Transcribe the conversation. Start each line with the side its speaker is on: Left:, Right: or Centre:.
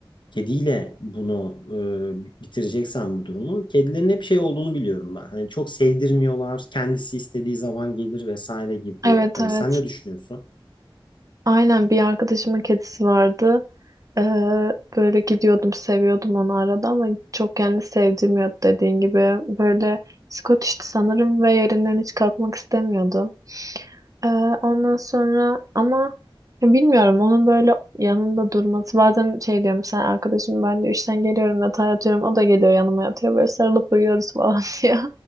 Left: kediyle bunu e, bitireceksen bu durumu kedilerin hep şey olduğunu biliyorum ben. Hani çok sevdirmiyorlar. Kendisi istediği zaman gelir vesaire gibi.
Right: Evet
Left: Hani
Right: evet.
Left: sen ne düşünüyorsun?
Right: Aynen bir arkadaşımın kedisi vardı. Ee, böyle gidiyordum, seviyordum onu arada ama çok kendi sevdirmiyordu dediğin gibi. Böyle Scottish'ti sanırım ve yerinden hiç kalkmak istemiyordu. Ee, ondan sonra ama ya bilmiyorum onun böyle yanında durması bazen şey diyorum sen arkadaşım ben de işten geliyorum yatağa yatıyorum o da geliyor yanıma yatıyor böyle sarılıp uyuyoruz falan <laughs> diyor.